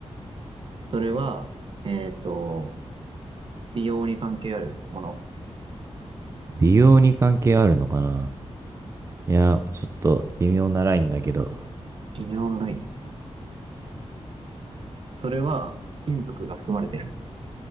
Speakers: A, on the right (about 50°); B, on the right (about 25°).
A: それは、えっと、美容に関係あるもの。
B: 美容に関係あるのかないや、ちょっと微妙なラインだけど。
A: 微妙なライン。それは、金属が含まれてる。